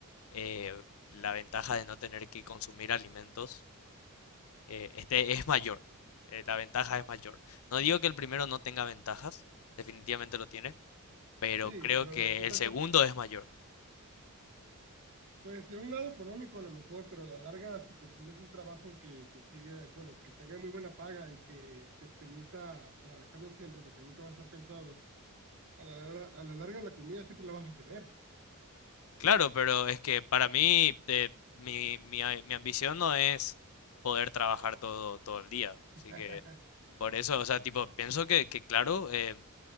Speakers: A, on the left (about 65°); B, on the right (about 60°).
A: eh, la ventaja de no tener que consumir alimentos eh, este es mayor, eh, la ventaja es mayor. No digo que el primero no tenga ventajas, definitivamente lo tiene, pero
B: Sí,
A: creo
B: pero
A: que
B: yo,
A: el
B: tam-
A: segundo es mayor.
B: pues en un lado económico a lo mejor, pero a la larga, si consigues un trabajo que consigue, bueno, que tenga muy buena paga y que te permita trabajarlo siempre porque nunca vas a estar cansado, a la, larga- a la larga la comida siempre la vas a tener.
A: Claro, pero es que para mí eh, mi, mi, a- mi ambición no es poder trabajar todo, todo el día, así
B: <laughs>
A: que por eso, o sea, tipo, pienso que, que claro, eh,